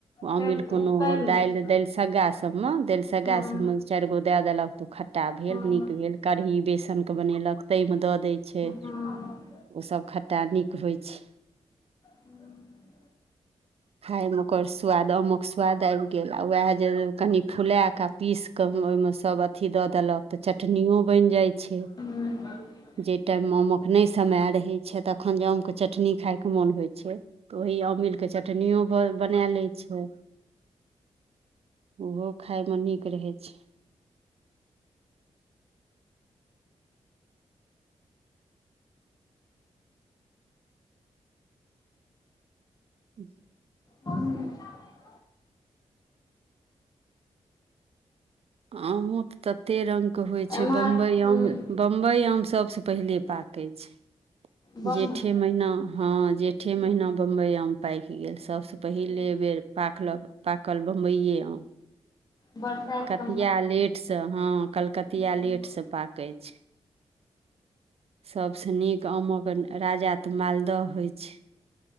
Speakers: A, on the right (about 60°); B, on the left (about 35°).
A: अमीर
B: फेर
A: कोनो
B: ओ टाइम
A: दालि
B: दै छै
A: दालिसग्गा सबमे दालिसग्गा
B: हूँ
A: सबमे चारि गो दए देलक तऽ ओ आटा भेल
B: हँ
A: नीक भेल कढ़ी बेसनके बनेलक ताहिमे द दै छै
B: ह
A: ओसभ खट्टा नीक होइ छै
B: हू <inaudible>
A: खाय मे ओकर स्वाद आमक स्वाद आबि गेल आ उएह जे कनि फुला कऽ पीस कऽ ओहिमे सभ अथी दऽ देलक तऽ चटनियो बनि जाइ छै
B: हू
A: जा टाइममे आमक नहि समय रहैत छै तखन जे आमके चटनी खायके मोन होइत छै तऽ ओहि अमिल के चटनियो बना ले छै ओहो खाय मे नीक रहै छै ज <inaudible>
B: हू <unintelligible>
A: आमो त तते रंग के होइ छै
B: एम्हर
A: बम्बई
B: हूँ
A: आम बम्बई आम सबसँ पहिले पाकै छै
B: बम्बइ
A: जेठे महीना हँ जेठे
B: हूँ
A: महीना बम्बई आमे पाकि गेल सभसँ पहिले
B: हूँ
A: बेर पाकलक पाकल बम्बइयए आम
B: बढ़ा के
A: कतिया लेट सँ हँ कलकतिया
B: हूँ
A: लेट सँ पाकै छै सबस नीक आमक राजा ते मालद दह होइ छै